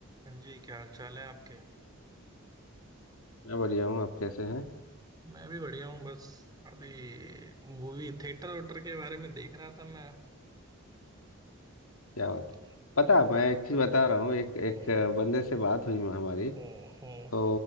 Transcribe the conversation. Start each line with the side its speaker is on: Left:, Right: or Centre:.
Right: हाँ जी क्या हाल चाल है आपके
Left: मैं बढ़िया हूँ आप कैसे हैं
Right: मैं भी बढ़िया हूँ बस अभी मूवी थिएटर वेटर के बारे में देख रहा था मैं
Left: क्या
Right: कि-
Left: बात पता मैं एक चीज़ बता रहा हूँ एक एक
Right: हम्म,
Left: बंदे से बात हुई हमारी
Right: हम्म,
Left: तो